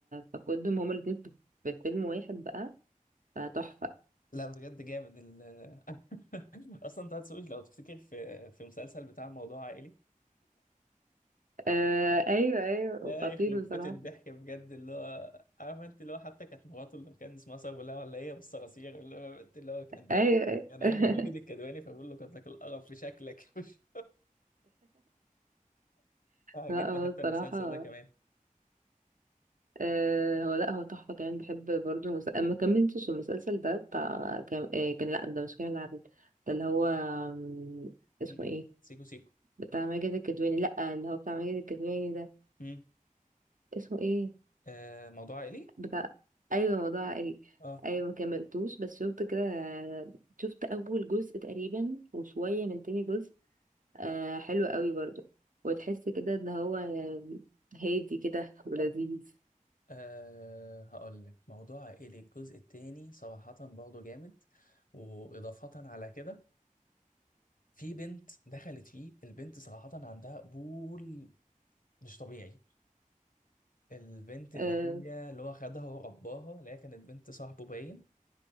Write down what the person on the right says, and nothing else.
فكنتهم هما الاتنين في في فيلم واحد بقى فتحفة
آه ايوه ايوه
خطير بصراحة
ايوه ايوه
<laughs>
لا هو
الصراحة
آه هو لا هو تحفة كمان بحب برضه مس... ما كملتش المسلسل ده بتاع
كان, آه كان لا ده مش كامل العدد ده اللي هو آم، اسمه
ايه
بتاع ماجد الكدواني لا اللي هو بتاع ماجد الكدواني ده
اسمه ايه
بتاع ايوه موضوع عائلي
ايوه ما كملتوش بس شفت كده شفت اول جزء تقريبا وشويه من تاني جزء آه حلو قوي برضو وتحس كده ان هو هادي كده ولذيذ
آه,